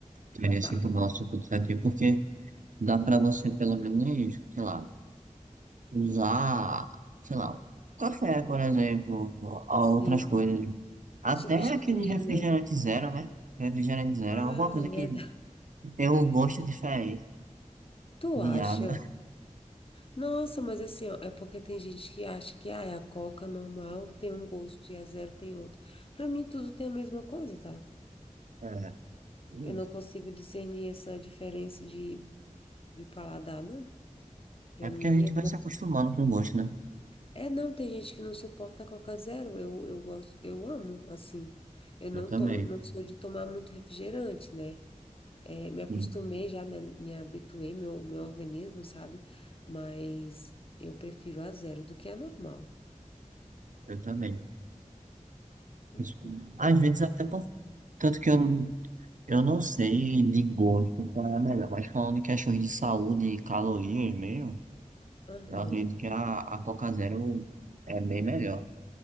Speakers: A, on the right; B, on the left.
A: ficaria
B: tá?
A: sem tomar o suco de saquinho, porque dá pra você pelo menos, sei lá, usar, sei lá, café, por exemplo, ou
B: Sim,
A: outras coisas. Até
B: substituir,
A: aquele refrigerante
B: né?
A: zero, né? Refrigerante zero
B: Ah,
A: é alguma coisa
B: é verdade.
A: que tem um gosto diferente
B: <laughs> Tu
A: de
B: acha?
A: água.
B: Nossa, mas assim, ó, é porque tem gente que acha que ah, é a Coca normal tem um gosto e a zero tem outro. Pra mim, tudo tem a mesma coisa, tá?
A: É, isso.
B: Eu não consigo discernir essa diferença de, de paladar, não. Para
A: é porque
B: mim
A: a gente
B: é bom.
A: vai se acostumando com o gosto, né?
B: É, não, tem gente que não suporta Coca Zero. Eu, eu gosto, eu amo, assim. Eu não
A: Eu também.
B: tomo, não sou de tomar muito refrigerante, né? É, me acostumei
A: Sim,
B: já, me, me habituei, meu, meu organismo, sabe? Mas eu prefiro a zero do que a normal.
A: eu também.
B: Uhum.
A: Isso. Às vezes até por... Tanto que eu, eu não sei de gosto qual é a melhor, mas falando em questões de saúde e calorias mesmo,
B: Aham.
A: eu acredito que a, a Coca Zero é bem melhor.